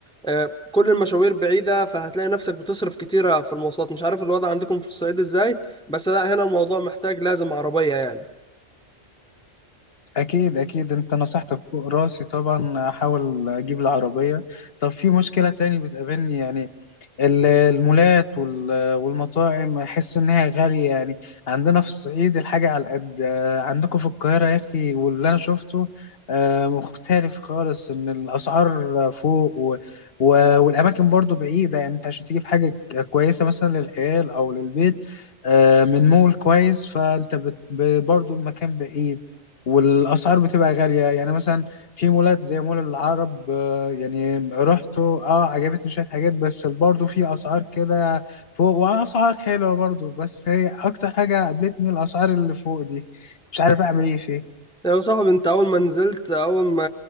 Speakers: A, in the centre; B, on the left.
A: آه، كل المشاوير بعيدة فهتلاقي نفسك بتصرف كتيرة في المواصلات مش عارف الوضع عندكم في الصعيد ازاي بس لا هنا الموضوع محتاج لازم عربية يعني
B: أكيد أكيد أنت نصحتك فوق راسي طبعا أحاول أجيب العربية طب في مشكلة تاني بتقابلني يعني ال- المولات وال- والمطاعم احس انها غاليه يعني عندنا في الصعيد الحاجه على قد آه، عندكم في القاهره يا اخي واللي انا شفته آه، مختلف خالص ان الاسعار فوق و... و... والاماكن برضو بعيده يعني انت عشان تجيب حاجه كويسه مثلا للعيال او للبيت آه، من مول كويس فانت بت... ب- برضو المكان بعيد والاسعار بتبقى غاليه يعني مثلا في مولات زي مول العرب يعني رحت اه عجبتني شوية حاجات بس برضه في أسعار كده فوق وأسعار حلوة برضه بس هي أكتر حاجة قابلتني الأسعار اللي فوق دي مش عارف أعمل إيه فيها
A: يا صاحبي انت اول ما نزلت اول ما